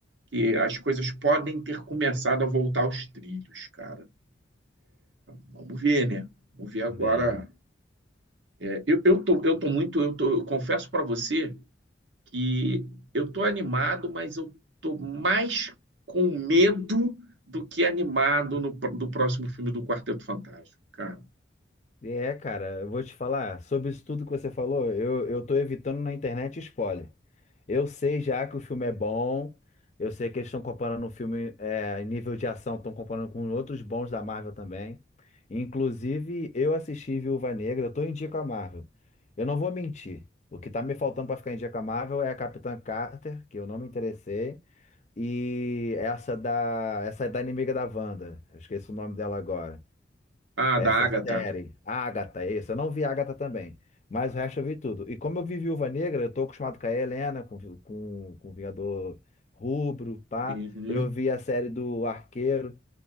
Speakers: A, on the right; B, on the left.
A: que as coisas podem ter começado a voltar aos trilhos, cara. Vamos ver, né? Vamos ver agora.
B: É.
A: É, eu, eu tô, eu tô muito, eu tô, eu confesso pra você que eu tô animado, mas eu tô mais com medo do que animado no, pr- do próximo filme do Quarteto Fantástico, cara.
B: É, cara, eu vou te falar, sobre isso tudo que você falou, eu, eu tô evitando na internet spoiler. Eu sei já que o filme é bom, eu sei que eles estão comparando o filme, é, em nível de ação, estão comparando com outros bons da Marvel também. Inclusive, eu assisti Viúva Negra, eu tô em dia com a Marvel. Eu não vou mentir, o que tá me faltando pra ficar em dia com a Marvel é a Capitã Carter, que eu não me interessei. E essa da, essa é da inimiga da Wanda. Eu esqueci o nome dela agora.
A: Ah,
B: É
A: da
B: Essa
A: Agatha.
B: série, Agatha, isso. Eu não vi Agatha também, mas o resto eu vi tudo. E como eu vi Viúva Negra, eu tô acostumado com a Helena, com, vi- com, com o Vingador Rubro, pá.
A: Uhum.
B: Eu vi a série do Arqueiro,